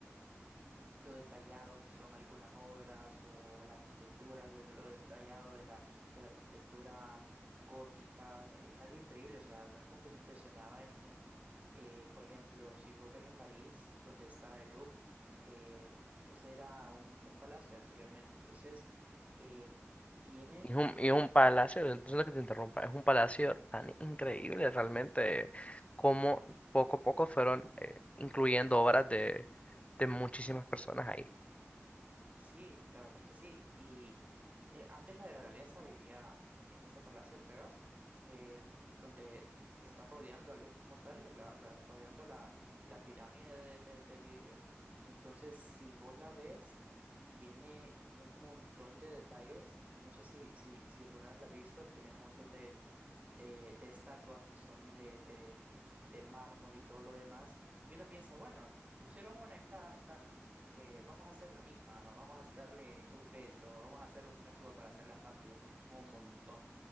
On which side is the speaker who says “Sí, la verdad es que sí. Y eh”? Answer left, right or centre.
Right